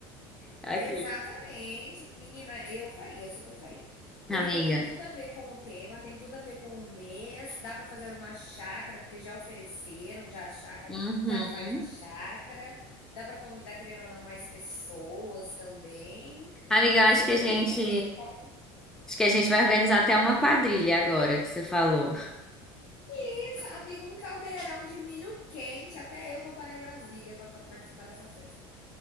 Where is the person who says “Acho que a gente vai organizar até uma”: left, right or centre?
Centre